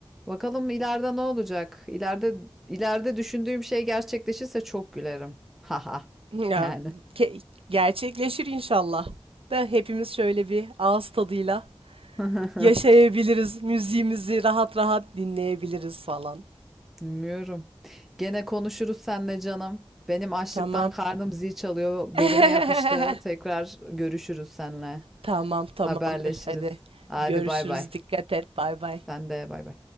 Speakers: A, in the centre; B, on the right.
A: Bakalım ileride ne olacak? İleride ileride düşündüğüm şey gerçekleşirse çok gülerim. Haha.
B: Ya
A: Yani.
B: ke- gerçekleşir inşallah. Da hepimiz şöyle bir ağız tadıyla
A: <laughs>
B: yaşayabiliriz. Müziğimizi rahat rahat dinleyebiliriz falan.
A: Bilmiyorum. Gene konuşuruz seninle canım. Benim açlıktan
B: Tamam.
A: karnım zil çalıyor.
B: <laughs>
A: Belime yapıştı. Tekrar görüşürüz seninle.
B: Tamam tamamdır.
A: Haberleşiriz.
B: Hadi
A: Hadi
B: görüşürüz.
A: bay bay.
B: Dikkat et. Bay bay.
A: Sen de bay bay.